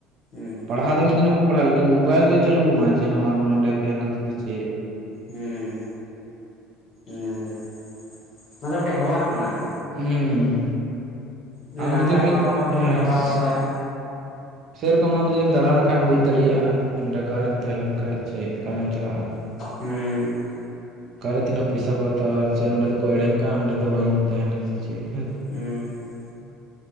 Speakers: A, on the left (about 35°); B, on the right (about 45°).
A: ᱩᱸᱦ ᱾
B: ᱯᱟᱲᱦᱟᱣ ᱫᱚ ᱢᱤᱫ ᱫᱤᱱ ᱦᱚ ᱵᱟᱠᱚ ᱯᱟᱲᱟᱜᱼᱟ ᱞᱮᱠᱤᱱ ᱢᱳᱵᱟᱭᱤᱞ ᱫᱚᱭ ᱪᱟᱹᱞᱩᱣᱟᱢᱟ ᱡᱮ ᱱᱚᱣᱟ ᱫᱚ ᱱᱚᱸᱰᱮ ᱛᱟᱦᱮᱱᱟ ᱥᱮ ᱪᱮᱫ ᱾
A: ᱦᱩᱸ, ᱚᱱᱟ ᱜᱮ ᱚᱱᱟ ᱫᱚ ᱢᱤᱫ ᱴᱮᱱ ᱦᱮᱣᱟ ᱠᱟᱱᱟ ᱾
B: ᱦᱩᱸᱦ
A: ᱩᱱᱤ
B: ᱟᱢ
A: ᱜᱷᱟᱱᱴᱟ
B: ᱡᱩᱫᱤ ᱢᱤᱫ
A: ᱦᱮᱣᱟ ᱟᱠᱟᱱᱟ ᱛᱟᱦᱞᱮ
B: ᱦᱮᱸᱦ
A: ᱧᱮᱞ ᱵᱟᱲᱟ
B: ᱾
A: ᱟᱠᱟᱫᱟᱭ
B: ᱥᱮᱹᱨᱚᱠᱚᱢ ᱟᱢ ᱫᱚ ᱡᱩᱫᱤᱢ ᱫᱟᱬᱟ ᱱᱟᱠᱷᱟᱢ ᱵᱩᱡᱽ ᱫᱟᱲᱮᱭᱟᱜᱼᱟ ᱱᱚᱸᱰᱮ ᱠᱟᱨᱮᱢ ᱛᱟᱦᱮᱸ ᱞᱮᱱ ᱠᱷᱟᱱ ᱪᱮᱫ ᱚᱠᱟᱨᱮᱢ ᱪᱟᱞᱟᱜᱼᱟ ᱾
A: ᱪᱟ--ᱜ ᱦᱩᱸᱦ ᱾
B: ᱚᱠᱟᱨᱮ ᱛᱤᱱᱟᱹᱜ ᱯᱚᱭᱥᱟ ᱠᱚ ᱦᱟᱛᱟᱣᱟ ᱥᱮ ᱱᱚᱸᱰᱮ ᱫᱚ ᱠᱚ ᱮᱲᱮᱧ ᱠᱟᱱ ᱚᱸᱰᱮ ᱫᱚ ᱵᱟᱹᱧ ᱛᱟᱦᱮᱱᱟ ᱥᱮ ᱪᱮᱫ ᱾
A: ᱩᱸᱦ ᱾